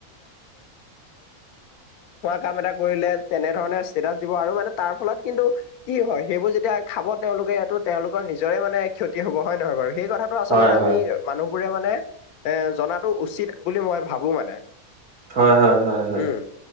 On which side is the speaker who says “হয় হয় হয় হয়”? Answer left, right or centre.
Right